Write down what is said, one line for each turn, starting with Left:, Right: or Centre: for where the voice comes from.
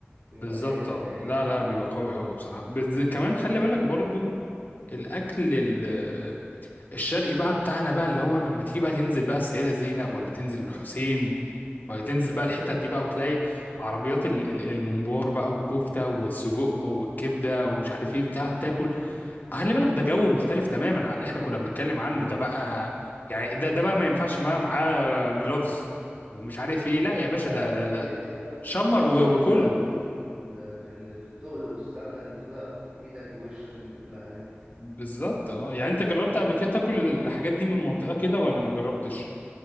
Right: ويبقى
Left: بالظبط
Right: جاي لك
Left: اه
Right: كده ايه
Left: لا لا بيبقى قوي قوي بصراحه بس
Right: احساسه
Left: كمان خلي بالك برضو الاكل ال- الشرقي بقى بتاعنا بقى اللي هو لما تيجي بقى تنزل بقى السيده زينب ولا تنزل الحسين وتنزل بقى الحتت دي
Right: اه
Left: بقى وتلاقي عربيات ال- ال- الممبار بقى والكفتة والسجق والكبدة ومش عارف ايه بتاع تاكل خلي بالك ده جو مختلف تماما عن اللي احنا كنا بنتكلم عنه ده بقى يعني ده ده بقى ما ينفعش بقى معاه جلوفز ومش عارف ايه لا يا باشا
Right: لا
Left: ده
Right: ده
Left: ده,
Right: لفظ
Left: ده
Right: ايه ده بقى
Left: شمر
Right: ده اصلا
Left: و-
Right: حلاوته
Left: وكل
Right: في ال... في ال... في التقل والسمنة اللي تاخدها في ايدك ووشك دي كلها دي
Left: بالظبط اه يعني انت جربت قبل كده تاكل الحاجات دي من منطقة كده ولا ما جربتش؟